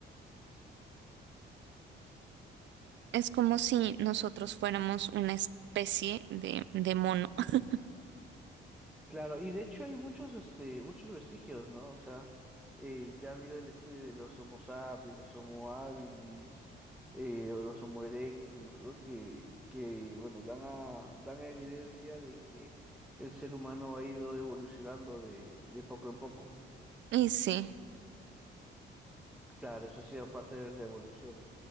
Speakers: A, on the right; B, in the centre.
A: Es como si nosotros fuéramos una especie de, de mono. <laughs>
B: Claro, y de hecho hay muchos, este, muchos vestigios, ¿no? O sea, eh, ya ha habido el estudio de los Homo sapiens, los Homo habilis, eh, o los Homo erectus, ¿no? Que, que bueno, dan a, dan evidencia de que el ser humano ha ido evolucionando de, de poco en poco.
A: Y sí.
B: Claro, eso ha sido parte de la evolución.